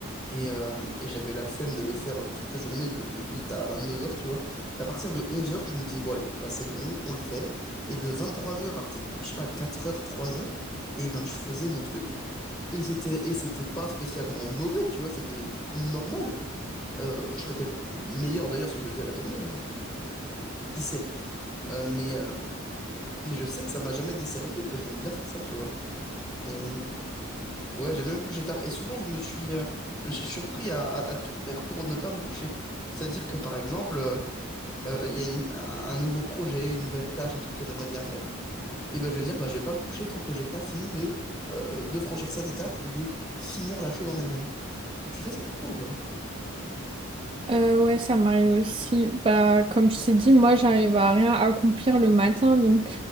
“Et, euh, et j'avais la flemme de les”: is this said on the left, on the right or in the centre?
Left